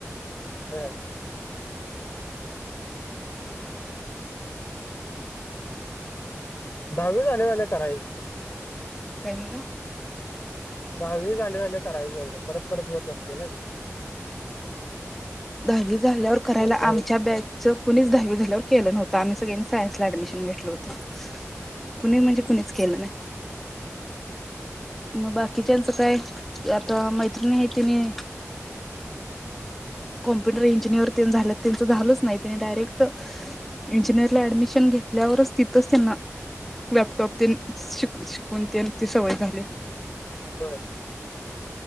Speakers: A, on the left (about 40°); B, in the centre.
A: हम् <inaudible> दहावी झाल्या झाल्या करायचं
B: काय म्हणला,
A: दहावी झाल्य झाल्या करायचं म्हणटलं, परत परत होत नसत. हे ना दि
B: दहावी झाल्यावर करायला
A: दहावी
B: आमच्या बॅच कुणीच दहावी झाल्यावर केलं नव्हतं. आम्ही सगळ्यांनी, सायन्सला ऍडमिशन घेतलं होतं. कुणी म्हणजे कुणीच केलं नाही. मग बाकीच्याचं काय आता मैत्रिणी आहे तिने कॅम्पुटर इंजिनिअर तेन झाल्यात तेच झालंच नाही. तेनी डायरेक्ट इजिंनेअरला ऍडमिशन घेतल्यावरच ती तिथंच त्यांना लॅपटॉप तेन शिकून तेन ती सवय झालीया.
A: बर